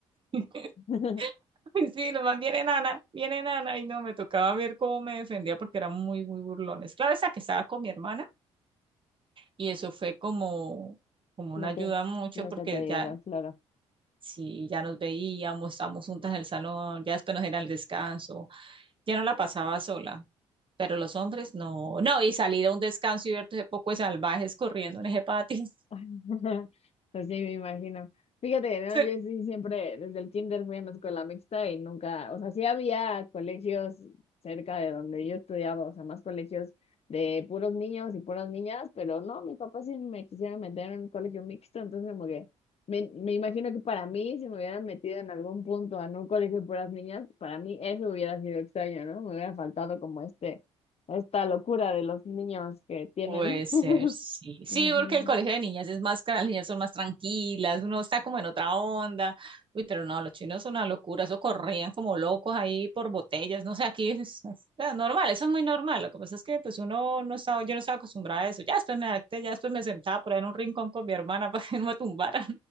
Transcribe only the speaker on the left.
<laughs>
lo
que,
lo
que te ayuda,
claro.
<laughs> Pues sí, me imagino. Fíjate, ¿no?
Yo sí siempre, desde el kinder fui en la escuela mixta y nunca, o sea, sí había colegios cerca de donde yo estudiaba, o sea, más colegios de puros niños y puras niñas, pero no, mis papás sí me quisieron meter en un colegio mixto, entonces como que me, me imagino que para mí, si me hubieran metido en algún punto en un colegio de puras niñas, para mí eso hubiera sido extraño, ¿no? Me hubiera faltado como este, esta locura de los niños que tienen.
<laughs>
Ujú.